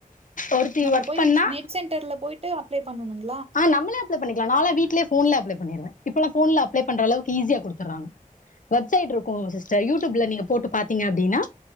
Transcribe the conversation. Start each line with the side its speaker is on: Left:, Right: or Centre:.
Left: ஒருத்தி
Right: நம்ம
Left: ஒர்க்
Right: போய்
Left: பண்ணா
Right: நெட் சென்ட்டர்ல போய்ட்டு அப்ளை பண்ணணுங்
Left: ஆ நம்மளே அப்ளே பண்ணிக் க்லா நால்லா வீட்லே ஃபோன்ல அப்ளே பண்ணிருவ இப்போல்லா ஃபோன்ல அப்ளே பண்றளவுக்கு ஈஸியா குடுத்தர்றாங்க வெப் சைட் இருக்குங்க சிஸ்ட்டர் யூட்யூப்ல நீங்க போட்டு பாத்தீங்க அப்டின்னா